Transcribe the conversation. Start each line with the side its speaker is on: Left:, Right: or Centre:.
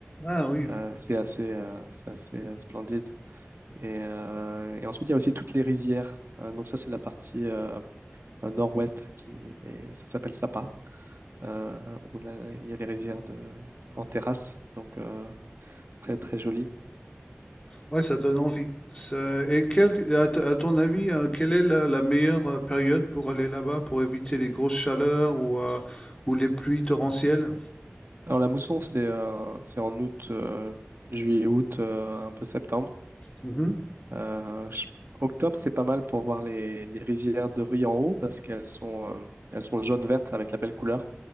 Left: Ah oui.
Right: Euh, c'est assez, euh, c'est assez euh, splendide. Et, euh, et ensuite, il y a aussi toutes les rizières. Euh, donc ça, c'est la partie euh, euh, nord-ouest qui et ça s'appelle Sapa, euh, où là, il y a les rizières de, en terrasse. Donc euh, très, très joli.
Left: Ouais, ça donne envie. Ça- Et quel, à, t- à ton avis, euh, quelle est la, la meilleure euh, période pour aller là-bas, pour éviter les grosses chaleurs ou, euh, ou les pluies torrentielles?
Right: Alors la mousson, c'est euh, c'est en août, euh, juillet, août, euh, un peu septembre.
Left: Mhm,
Right: Euh, je- Octobre, c'est pas mal pour voir les, les rizières de riz en haut parce qu'elles sont, euh, elles sont jaune vertes avec la belle couleur.